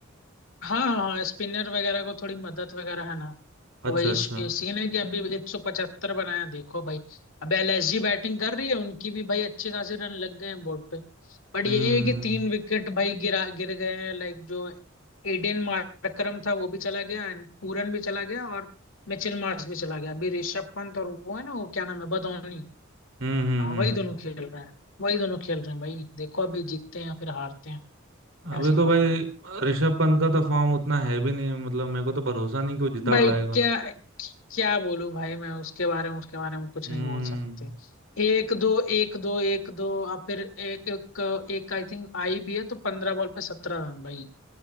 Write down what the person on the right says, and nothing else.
अच्छा
अच्छा
हम्म
हम्म हम्म
हम्म
अभी
तो
भाई
ऋषभ पंत का तो फॉर्म उतना है भी नहीं मतलब मेरे को तो भरोसा नहीं कि वो जिता
पाएगा
हम्म